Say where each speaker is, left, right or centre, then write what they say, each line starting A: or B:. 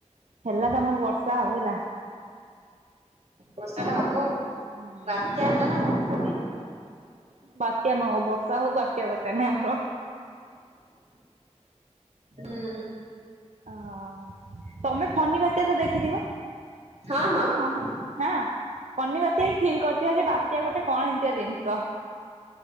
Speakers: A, on the right; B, on the right.
A: ହେଲା ତମର ବର୍ଷା ଆଉ ଏଲା।
B: ବର୍ଷା ଟା ହବ ଆଉ
A: ହୁଁ
B: ବାତ୍ୟା <inaudible> ଲା ନା କଁ ବା?
A: ବାତ୍ୟା ନଅଉ ବର୍ଷା ହଉ ବାତ୍ୟା ଦରକାର ନାଇଁ ଆମର।
B: <inaudible> ଉଁ।
A: ଆଓ ତମେ ଫନି ବାତ୍ୟା ତ ଦେଖିଥିବ?
B: ହଁ
A: ଅଁ ନାଁ ଫନି ବାତ୍ୟା ହିଁ ଫିଲ୍ କରିଥିବ ଯେ ବାତ୍ୟା ଗୋଟେ କଣ ଏମିତିଆ ଦିନିଷ।